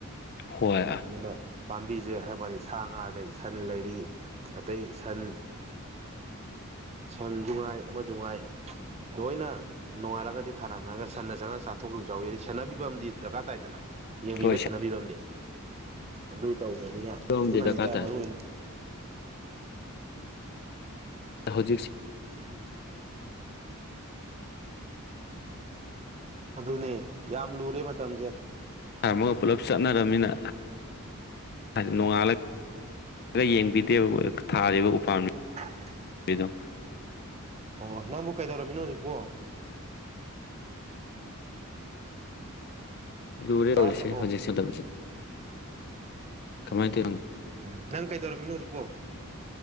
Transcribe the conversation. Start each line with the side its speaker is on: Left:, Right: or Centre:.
Left: ꯍꯣꯏ
Right: ꯑꯗꯨꯅ ꯄꯥꯝꯕꯤꯁꯦ ꯍꯥꯏꯕꯅꯤ ꯁꯥ ꯉꯥꯗ ꯏꯁꯟ ꯂꯩꯔꯤ ꯑꯇꯩ ꯁꯟ ꯁꯟꯗ ꯖꯨꯉꯥꯏ ꯑꯃ ꯖꯅꯨꯡ ꯉꯥꯏ ꯍꯣꯏꯅ ꯅꯣꯡꯉꯥꯂꯒꯗꯤ ꯊꯥꯔꯝꯂꯒ ꯁꯟꯅ ꯆꯅ ꯆꯥꯊꯣꯛꯈꯤꯕ ꯆꯥꯎꯋꯦꯗꯤ ꯁꯦꯟꯅꯕꯤꯕ ꯑꯃꯗꯤ ꯗꯔꯀꯥꯔ ꯇꯥꯏꯗꯅ ꯌꯦꯡꯕꯤꯕ
Left: ꯍꯣꯏ
Right: ꯁꯦꯟꯅꯕꯤꯕꯝ ꯑꯗꯨ ꯇꯧꯗ꯭ꯔꯕꯅꯤꯅ
Left: ꯑꯃꯗꯤ
Right: ꯑꯗꯨꯅꯅꯤ
Left: ꯗꯔꯀꯥꯔ
Right: ꯇ
Left: ꯇꯥꯏ
Right: ꯃꯔꯨ ꯑꯣꯏꯅ
Left: ꯗ ꯍꯧꯖꯤꯛ
Right: ꯑꯗꯨꯅꯦ ꯌꯥꯝ ꯂꯨꯔꯦ ꯃꯇꯝꯁꯦ
Left: ꯊꯝ ꯑꯃꯒ ꯄꯨꯂꯞ ꯆꯠꯅꯔꯝꯅꯤꯅ ꯅꯣꯡꯉꯥꯜꯂꯒ ꯌꯦꯡꯕꯤꯗꯦꯕ ꯊꯥꯔꯤꯕ ꯎꯄꯥꯝ
Right: <unintelligible>
Left: ꯀꯗꯣ
Right: ꯑꯣ ꯅꯪꯕꯨ ꯀꯩꯗꯧꯔꯝꯃꯤꯅꯣ ꯍꯧꯖꯤꯛꯄꯣ
Left: ꯂꯔ
Right: ꯇꯥꯗ꯭ꯔꯕꯣ
Left: ꯑꯣꯏꯁ ꯍꯧꯖꯤꯛ ꯁꯗꯁꯤ ꯀꯃꯥꯏ ꯇ
Right: ꯎꯝ ꯅꯪ ꯀꯩꯗꯧꯔꯝꯃꯤꯅꯣ ꯍꯧꯖꯤꯛꯕꯣ